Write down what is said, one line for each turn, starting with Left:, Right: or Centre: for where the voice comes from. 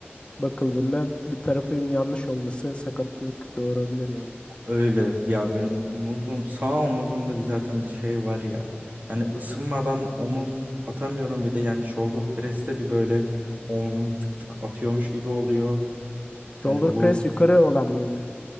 Left: bakıldığında bir tarafın yanlış olması sakatlık doğurabilir yani.
Right: Öyle ya ben omuzum sağ omuzumda bir zaten bir şey var ya. Yani ısınmadan omuz atamıyorum bir de yani shoulder press'te bir böyle omzum tık tık atıyormuş gibi oluyor.
Left: Shoulder
Right: Yani bu
Left: press yukarı olan mıydı?